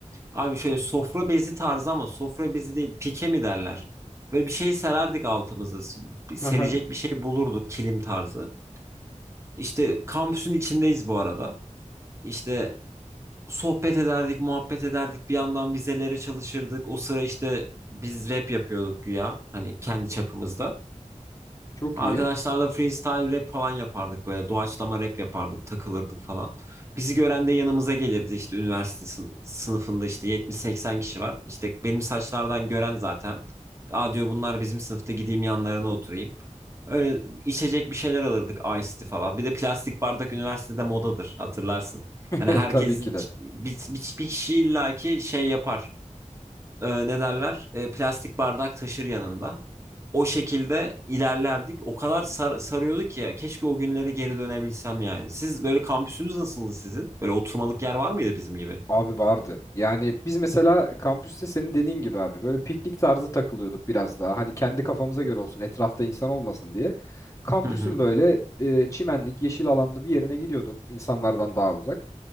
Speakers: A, on the right; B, on the left.
A: Abi şöyle sofra bezi tarzı ama sofra bezi değil pike mi derler? Böyle bir şey sererdik altımızı, s- bir- Serecek
B: Hı
A: bir şey bulurduk kilim tarzı. İşte kampüsün içindeyiz bu arada. İşte sohbet ederdik, muhabbet ederdik. Bir yandan vizelere çalışırdık. O sıra işte biz rap yapıyorduk güya. Hani kendi çapımızda.
B: Çok
A: Arkadaşlarla
B: iyi.
A: freestyle rap falan yapardık böyle doğaçlama rap yapardık takılırdık falan. Bizi gören de yanımıza gelirdi işte üniversite sı- sınıfında işte 70-80 kişi var. İşte benim saçlardan gören zaten. Aa diyor bunlar bizim sınıfta gideyim yanlarına oturayım. Öyle içecek bir şeyler alırdık Ice tea falan. Bir de plastik bardak üniversitede modadır hatırlarsın.
B: <laughs>
A: Hani herkesin
B: Tabii ki de.
A: ç- bir, bir, bir kişi illaki şey yapar. Ee, ne derler? Ee, plastik bardak taşır yanında o şekilde ilerlerdik. O kadar sar- sarıyordu ki ya. Keşke o günlere geri dönebilsem yani. Siz böyle kampüsünüz nasıldı sizin? Böyle oturmalık yer var mıydı bizim gibi?
B: Abi vardı. Yani biz mesela kampüste senin dediğin gibi abi böyle piknik tarzı takılıyorduk biraz daha. Hani kendi kafamıza göre olsun, etrafta insan olmasın diye. Kampüsün
A: Hı hı.
B: böyle e, çimenlik, yeşil alanlı bir yerine gidiyorduk insanlardan daha uzak.